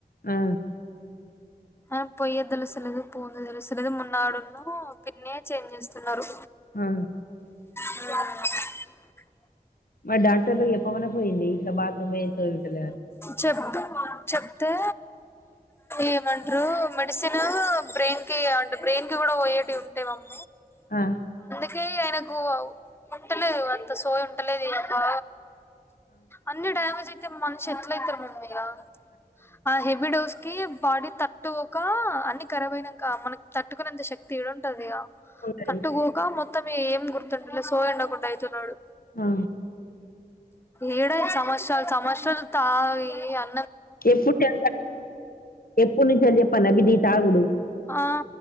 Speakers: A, on the left; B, on the left.
A: ఆ
B: ఆ పొయ్యే దలుసులేదు పూన దలుసు లేదు మున్నాడున్న పిన్నే చేంజ్ చేస్తున్నారు
A: ఆ
B: ఆ
A: మరి డాక్టర్ లోకి చెప్పమన్నా పోయింది ఇట్లా బాత్రూమ్ పో చూపించలేరు
B: చెప్ చెప్తే ఏమంటారు మెడిసిన్ బ్రెయిన్ కి అంటే బ్రెయిన్ కి కూడా ఓయటీ ఉంటా మమ
A: ఆ
B: చి ఆయనకు ఉంటలేదు అంత సోయ ఉంటలేదు ఆ అన్య టైమజ తే మనిషి ఎట్ల అయితారు మమ్ మీగా ఆ హెవీడోస్ క బాడీ తట్టుకోక అన్నిఖరబ్యినాక మనకి తట్టుకునేంత శక్తి ఏడుంటది ఇగ
A: ఉంటది
B: తట్టు గగా మొ కొంత మీ ఏం గుర్తు సోయండకుండా అవుతున్నాడు
A: ఆ
B: ఏడై సమస్యలు సమస్యలు తా ఈ అ
A: ఎప్పుడు చె ఎప్పుడు నుంచి చెప్పన బి ద చాగుడు
B: ఆ